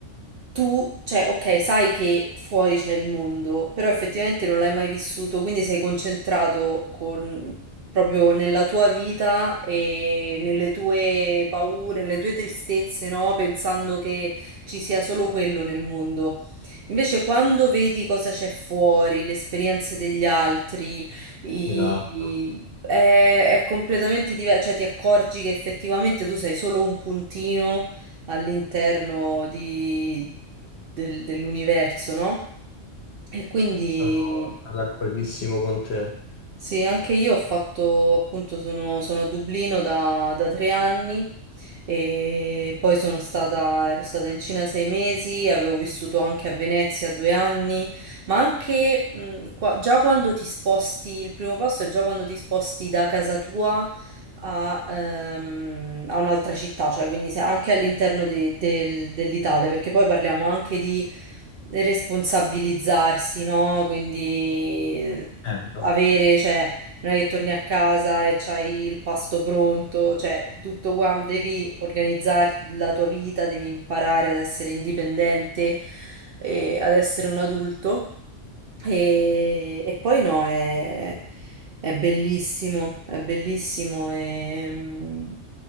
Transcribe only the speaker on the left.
Esatto,
sono sono d'accordissimo con te.
Ecco.